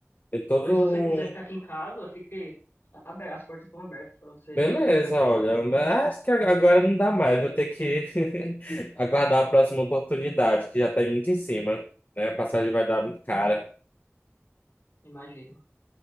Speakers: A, on the left; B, on the left.
A: tem todo
B: mas se você
A: um
B: quiser ficar aqui em casa, fique aberto, as portas estão abertas para você
A: Beleza,
B: ficar aqui,
A: olha,
B: e-
A: mas acho que agora não dá mais, vou ter que <laughs> aguardar a próxima oportunidade, que já tá muito em cima, né? A passagem vai dar muito cara.
B: imagino.